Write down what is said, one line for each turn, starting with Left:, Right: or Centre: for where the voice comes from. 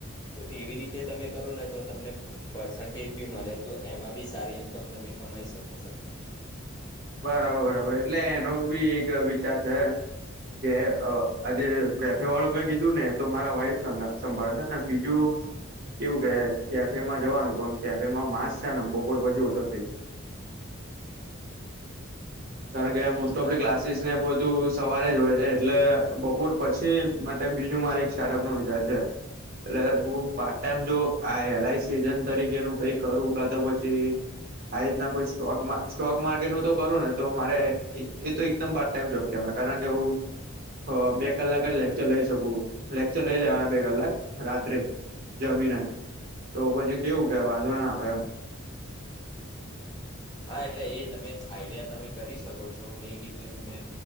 Left: તો એવી રીતે તમે કરો ને તો તમને પર્સન્ટેજ બી મળે તો એમાં બી સારી તમ તમે કમાઈ શકો છો.
Right: બરાબર બરાબર એટલે એનો બી એક વિચાર છે કે અ આ જે કેફે વાળું મેં કીધું ને તો મારા વાઈફ સંભાળશે ને બીજું એવું કે કેફેમાં જવાનું પણ કેફેમાં માંસ છે ને બપોર પછી ઓછો થઇ જાય. કારણ કે
Left: હમ
Right: મોસ્ટ
Left: બરાબર
Right: ઓફ લી ક્લાસીસ ને બધું સવારે જ હોય છે એટલે બપોર પછી માટે બીજું મારે એક સ્ટાર્ટઅપ નો વિચાર છે. એટલે હું પાર્ટ ટાઈમ જો આ એલ આઈ સી એજન્ટ તરીકેનું કઈક કરું કા તો પછી આ એ રીતના કોઈ સ્ટોકમા સ્ટોક માર્કેટનું તો કરું ને તો મારે એ તો એકદમ પાર્ટ ટાઈમ જોબ કેવાય કારણ કે હું હ બે કલાક જ લેક્ચર લઈ શકું લેક્ચર લઈ લેવાના બે કલાક રાત્રે. જમીને તો પછી કેવું કે વાંધો આવે એમ.
Left: હા એટલે એ તમે આઈડિયા તમે કરી છો મે કીધું એમ કે